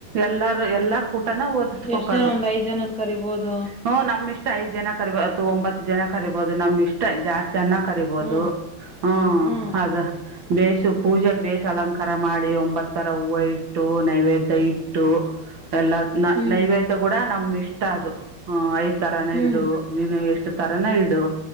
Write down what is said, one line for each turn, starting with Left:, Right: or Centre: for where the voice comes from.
Right: ಎಲ್ಲಾರ ಎಲ್ಲಾರ ಕೂಟನ ಓದಿಸ್ಬೇಕ್
Centre: ಎಷ್ಟ್ ಜನ
Right: ಅದು.
Centre: ಒಂದ್ ಐದ್ ಜನನ್ ಕರಿಬೋದು.
Right: ಹ್ಮ ನಮ್ಮಿಷ್ಟ ಐದ್ ಜನ ಕರಿಬೋದು ಒಂಬತ್ತು ಜನ ಕರಿಬೋದು ನಮ್ ಇಷ್ಟ ಜಾಸ್ತಿ ಅನ್ನ ಕರಿಬೋದು
Centre: ಹ್ಮ್
Right: ಹಾ
Centre: ಹ್ಮ್
Right: ಅದ, ಬೇಷ ಪೂಜೆೆಗೆ ಬೇಷ್ ಅಲಂಕಾರ ಮಾಡಿ ಒಂಬತ್ತರ ಹೂವು ಇಟ್ ಟ್ಟು ನೈವೇದ್ಯ ಇಟ್ಟು ಎಲ್ಲ
Centre: ಹ್ಮ್
Right: ನೈವೇದ್ಯ ಕೂಡ ನಮ್ಮಿಷ್ಟ ಅದು. ಹ್ಮ ಐದ್ ತರಾನೆ
Centre: ಹ್ಮ್
Right: ಇಡು
Centre: ಹ್ಮ್
Right: ನೀನು ಎಷ್ಟು ತ ನ ಇಡು